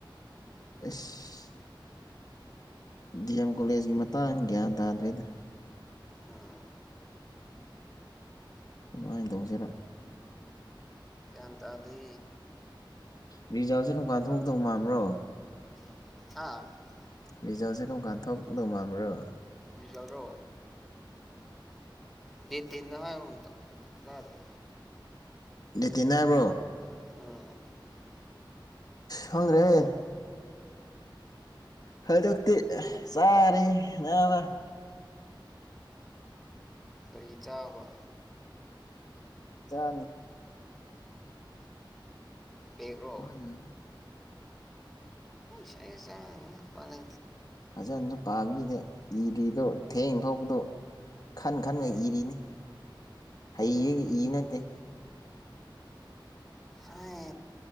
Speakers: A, on the left; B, in the centre.
A: ꯑꯦꯁ ꯗꯤ ꯑꯦꯝ ꯀꯣꯂꯦꯖꯀꯤ ꯃꯇꯥꯡ ꯒ꯭ꯌꯥꯟ ꯇꯥꯗ꯭ꯔꯦꯗ
B: ꯎꯝ
A: ꯑꯗꯨꯃꯥꯏꯅ ꯇꯧꯁꯤꯔ
B: ꯑꯦꯇꯗꯤ
A: ꯃꯤ ꯌꯥꯦ ꯀ ꯀꯥꯟ ꯊꯣꯛꯇꯧ ꯃꯥꯟꯕ꯭ꯔꯣ
B: <unintelligible>
A: ꯔꯤꯖꯥꯎꯁꯦ ꯀꯝ ꯀꯥꯟꯊꯣꯛꯗꯕ ꯑꯃ꯭ꯔꯣ
B: ꯔꯤꯖꯜꯗꯣ ꯗꯦꯇꯅ ꯍꯥꯏ ꯍꯨꯇꯗ
A: ꯃꯦꯠ ꯇꯤꯟꯅꯤ ꯍꯥꯏꯕ꯭ꯔꯣ
B: ꯑ
A: ꯍꯪꯉ꯭ꯔꯦ ꯍꯟꯗꯛꯇꯤ ꯆꯥꯔꯦꯅꯕ
B: ꯀꯔꯤ ꯆꯥꯕ
A: ꯆꯥꯅꯤ
B: ꯕꯦꯛꯔꯣ
A: ꯁꯃ
B: ꯁ ꯆ ꯐꯥꯂ
A: ꯐꯖꯅꯁꯨ ꯄꯥꯕꯤꯗꯦ ꯏꯔꯤꯗꯣ ꯊꯦꯡ ꯐꯥꯎꯕꯗꯣ ꯈꯟ ꯈꯟꯒ
B: ꯎꯝ
A: ꯏꯔꯤꯅꯤ ꯍ ꯌꯦ
B: ꯎꯝ
A: ꯅꯠꯇꯦ
B: ꯍꯥꯏ